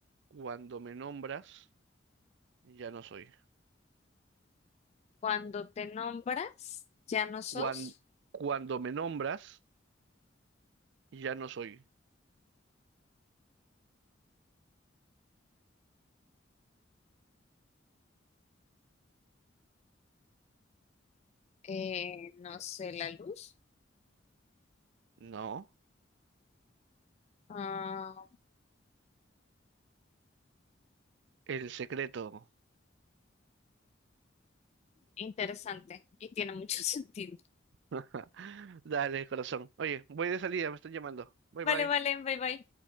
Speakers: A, on the right; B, on the left.
A: cuando me nombras, ya no soy.
B: Cuando te nombras, ya no sos,
A: Cuan- cuando me nombras, ya no soy.
B: eh, no sé, la luz.
A: No,
B: Ah,
A: el secreto.
B: interesante y tiene mucho <laughs> sentido.
A: <laughs> Dale, corazón. Oye, voy de salida, me están llamando. Bye
B: Vale,
A: bye.
B: vale, bye bye.